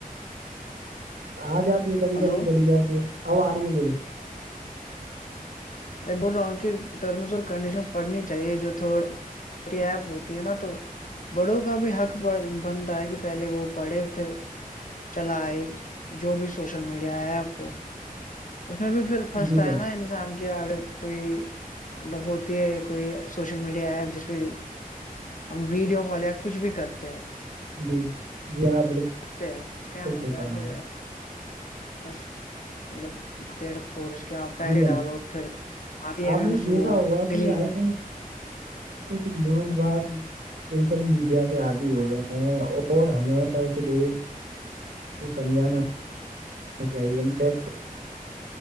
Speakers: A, on the right; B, on the left.
A: آ جاتی ہے کبھی
B: ہلو
A: کبھی چلی جاتی ہے اب آ رہی ہے بولو
B: ارے بول رہا ہوں کہ ٹرمس اور کنڈیشنس پڑھنی چاہیے جو تھرڈ میری ایپ ہوتی ہے نا تو بڑوں کا بھی حقڑ بنتا ہے کہ پہلے وہ پڑھے پھر چلائی جو بھی سوشل میڈیا ایپ وہ اس میں بھی پھر فرسٹ
A: جی
B: ہے
A: جناب
B: نا انسان کے اگر کوئی مطلب ہوتی ہے کوئی سوشل میڈیا ایپ جس پہ ہم ویڈیو کال یا کچھ بھی کرتے ہیں
A: جی جی جناب بالکل
B: پھر کیام ہوتا
A: صحیح فرما
B: ہے پھر
A: رہے
B: بس مطلب ک ا فورس کیا
A: ہیں۔
B: پیسے
A: جی جناب
B: ڈالو پھر آ ایم
A: آپ
B: ایمس
A: نے دیکھا
B: وہ
A: ہوا
B: دلی
A: کہ آئے دن کچھ لو واگ سوشل میڈیا کے عادی ہو گئے ہیں اور ہمیں ایسے لوگ وہ سمجانا چاہیے انفیکٹ